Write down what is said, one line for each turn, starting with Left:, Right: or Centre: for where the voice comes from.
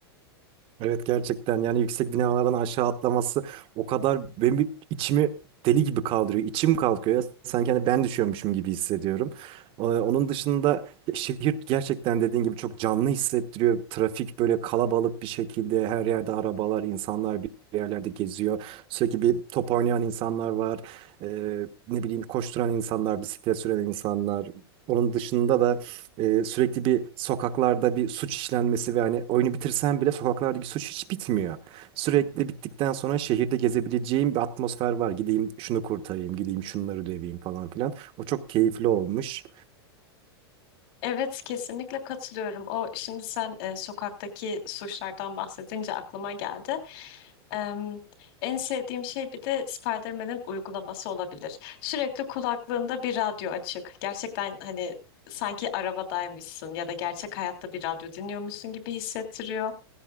Right: Evet gerçekten yani yüksek binalardan aşağı atlaması o kadar benim bir içimi deli gibi kaldırıyor. İçim kalkıyor ya. Sanki hani ben düşüyormuşum gibi hissediyorum. Ee, Onun dışında şehir gerçekten dediğin gibi çok canlı hissettiriyor. Trafik böyle kalabalık bir şekilde her yerde arabalar, insanlar bir yerlerde geziyor. Sürekli bir top oynayan insanlar var. Ee, ne bileyim koşturan insanlar, bisiklet süren insanlar. Onun dışında da ee, sürekli bir sokaklarda bir suç işlenmesi ve hani oyunu bitirsen bile sokaklardaki suç hiç bitmiyor. Sürekli bittikten sonra şehirde gezebileceğim bir atmosfer var. Gideyim şunu kurtarayım, gideyim şunları döveyim falan filan. O çok keyifli olmuş.
Left: Evet, kesinlikle katılıyorum. O şimdi sen e, sokaktaki suçlardan bahsedince aklıma geldi. Em, en sevdiğim şey bir de Spider-Man'in uygulaması olabilir. Sürekli kulaklığında bir radyo açık. Gerçekten hani sanki arabadaymışsın ya da gerçek hayatta bir radyo dinliyormuşsun gibi hissettiriyor.